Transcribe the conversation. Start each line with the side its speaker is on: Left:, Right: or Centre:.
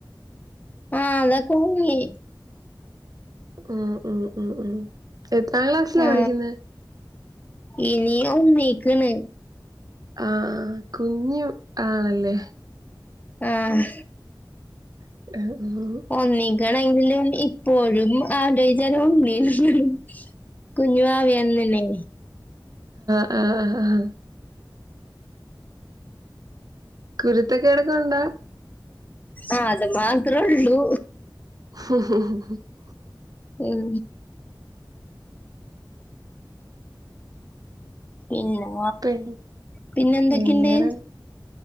Left: ആഹ് അതൊക്കെ വാങ്ങി
Right: ഉം ഉം ഉം എത്രാം ക്ലാസ്സിലാ
Left: ആ
Right: പഠിക്ക്ന്ന്
Left: ഇനി ഒന്നിക്കാണ്
Right: ആഹ് കുഞ്ഞു ആണല്ലേ
Left: ആഹ്
Right: <inaudible>
Left: ഒന്നീക്കാണെങ്കിലും ഇപ്പോഴും ആള്ടെ വിചാരം ഉണ്ണീന്നാണ് കുഞ്ഞുവാവേന്ന്ല്ലേ
Right: ആഹ് ആഹ് കുരുത്തക്കേടൊക്കെ ഉണ്ടാ
Left: ആഹ് അത് മാത്രേള്ളു
Right: <unintelligible>
Left: ഉം പിന്നെ
Right: പി
Left: പിന്നെ എന്തൊക്കെയുണ്ട്
Right: വേറെ